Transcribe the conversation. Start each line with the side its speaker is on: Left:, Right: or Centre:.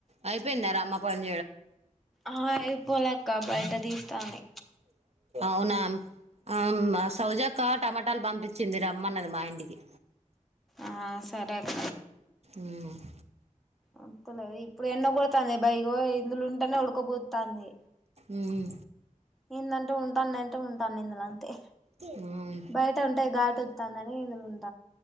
Right: అయిపొయింద రామ్మ ఫోన్
Centre: ఆహ, అయ్ పొలె అక్క బయట దీస్తాని.
Right: ఔనామ్. ఆమ్ అ సౌజక్క టమటాల్ బంపిచ్చింది. రమ్మన్నది మా ఇంటికి.
Centre: ఆ సరె అక్క,
Right: ఊహ్
Centre: అంతలె ఇప్పుడు ఎండ గొడతాంది. బై యిగొ ఇందులొ ఉంటెనె ఉడకబోత్తాంది.
Right: మ్
Centre: యేందంటే ఉంటాన్ అంటే, ఉంటాన్ నిందుల అంతె,
Right: మ్
Centre: బయట ఉంటయ్, ఘాటు వత్తాందనీ, ఇందులొ ఉంట-